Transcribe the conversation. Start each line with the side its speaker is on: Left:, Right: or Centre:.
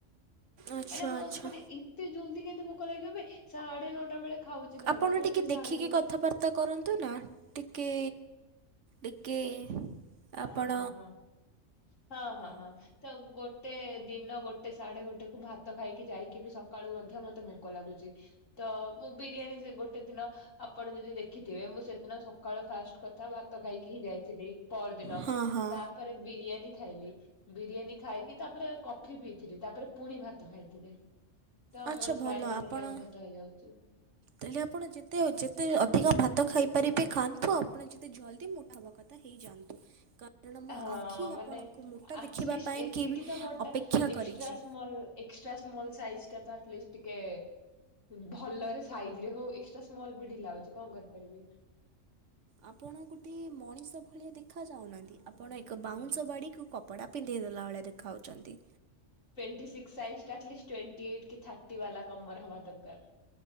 Right: ଆଚ୍ଛା
Left: ଆରେ ମ
Right: ଆଚ୍ଛା।
Left: ମାନେ ଏତେ ଜଲଦି କେମିତି ମ କ ଲାଗିବେ ସାଢେ ନଅଟା ବେଳେ ଖାଉଛି ଧର
Right: ଆପଣ
Left: ଗୋଟେ
Right: ଟିକେ ଦେଖିକି
Left: ସାଢେ ଗୋଟେ
Right: କଥାବାର୍ ତ କରନ୍ତୁ ନା ଟିକେ ଟିକେ। ଆପଣ
Left: ଅହଁ ହଁ ହଁ ହଁ ହଁ ତ ଗୋ ଟେ ଦିନ ଗୋଟେ ସାଢେ ଗୋଟେ କୁ ଭାତ ଖାଇକି ଯାଇକି ବି ସକାଳୁ ମଧ୍ୟ ମତେ ଭୋକ ଲାଗୁଛି। ତ ମୁଁ ବିରିୟାନୀ ସେ ଗୋଟେ ଦିନ ଆପଣ ଯଦି ଦେଖିଥିବେ ମୁଁ ସେଦିନ ସକାଳୁ ଫାଷ୍ଟ କଥା ଭାତ ଖାଇକି ହିଁ ଯାଇଥିଲି। ପର୍ ଦିନ
Right: ହଁ ହଁ
Left: ତାପରେ ବିରିୟାନୀ ଖାଇଲି। ବିରିୟାନୀ ଖାଇକି ତାପରେ କଫି ପିଇଥିଲି ତାପରେ ପୁଣି ଭାତ ଖାଇଥିଲି। ତ
Right: ଆଚ୍ଛା
Left: ମୋର
Right: ଭଲ
Left: ପ୍ରାୟ ତିନି
Right: ଆପଣ
Left: ଟାଇମ ଭାତ ହେଇଯାଉଛି।
Right: ତାହେଲେ ଆପଣ ଯେତେ ଯେତେ ଅଧିକା ଭାତ ଖାଇପାରିବେ ଖାଆନ୍ତୁ ଆପଣ ଯେତେ ଜଲ୍ଦି ମୋଟା ହବା କ କାତା ହେଇଯାଆନ୍ତୁ। କାରଣ ମୋ
Left: ହଁ
Right: ଆଖି
Left: ମାନେ
Right: ଆପଣଙ୍କୁ ମୋଟା
Left: ଆଟଲିଷ୍ଟ
Right: ଦେଖିବା ପାଇଁ
Left: ଏତିକି
Right: କି
Left: ତ ମୋଟା
Right: ଅପେକ୍ଷା
Left: ଏକ୍ସଟ୍ରା
Right: କରିଛି।
Left: ସ୍ମଲ। ଏକ୍ସଟ୍ରା ସ୍ମୋଲ ସାାଇଜ ଟା ତ ଆଟଲିଷ୍ଟ ଟିକେ। ଭଲରେ ସାଇଜ ରେ ହଉ ଏକ୍ସଟ୍ରା ସ୍ମଲ ବି ଢିଲା ହଉଛି କଣ କରିପାରିବି।
Right: ଆପଣ ଗୋଟେ ମଣିଷ ଭଳିଆ ଦେଖା ଯାଉନାହାନ୍ତି ଆପଣ ଏକ ବାଉଁଶ ବାଡ଼ିକୁ କପଡ଼ା ପିନ୍ଧେଇ ଦେଲା ଭଳିଆ ଦେଖା ହଉଛନ୍ତି।
Left: Twenty six size at least twenty eight କି ଥାର୍ଟି ବାଲା କମର ହବା ଦରକାର।